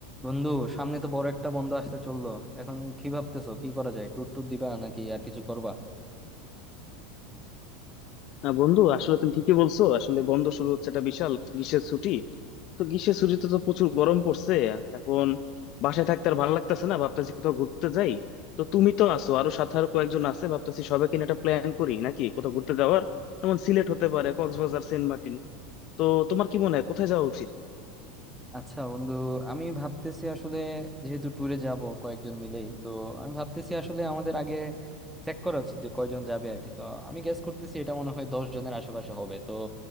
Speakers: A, in the centre; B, on the left.
A: বন্ধু সামনে তো বড় একটা বন্ধ আসতে চললো এখন কি ভাবতেছো কি করা যায় ট্যুর ট্যুর দিবা নাকি আর কিছু করবা
B: না বন্ধু আসলে তুমি ঠিকই বলছো আসলে বন্ধ শুরু হচ্ছে একটা বিশাল গ্রীষ্মের ছুটি তো গ্রীষ্মের ছুটিতে তো প্রচুর গরম পড়ছে এখন বাসায় থাকতে আর ভালো লাগতেছে না ভাবতেছি কোথাও ঘুরতে যাই তো তুমি তো আছো আরো সাথে আরো কয়েকজন আছে ভাবতেছি সবাইকে নিয়ে একটা প্ল্যান করি নাকি কোথাও ঘুরতে যাওয়ার যেমন সিলেট হতে পারে কক্সবাজার সেন্ট মার্টিন তো তোমার কি মনে হয় কোথায় যাওয়া উচিত
A: আচ্ছা বন্ধু আমি ভাবতেছি আসলে যেহেতু ট্যুরে যাব কয়েকজন মিলেই তো আমি ভাবতেছি আসলে আমাদের আগে চেক করা উচিত যে কয়জন যাবে আর কি তো আমি গেস করতেছি এটা মনে হয় দশ জনের আশেপাশে হবে তো